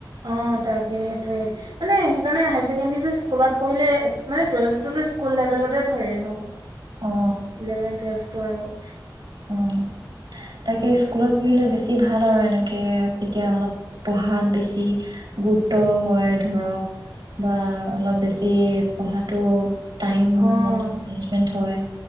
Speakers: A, on the right; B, on the right.
A: অ' তাকে সেইটোয়ে। মানে সেইকাৰণে হাৰ ছেকেণ্ডেৰী স্কুলত পঢ়িলে মানে টুৱেলভটোতো স্কুল লেভেলতে ধৰে ন?
B: অ
A: ইলেভেন টুৱেলভ। আৰু <inaudible>
B: অ তাকে
A: সেইটোৱে
B: স্কুলত পঢ়িলে বেছি ই ভাল আৰু এনেকৈ তেতিয়া অলপ পঢ়াত বেছি গুৰুত্ব হয় ধৰক বা অলপ বেছি পঢ়াটো হয়। টাইম
A: অ',
B: মতে মেনেজমেন্ট হয়।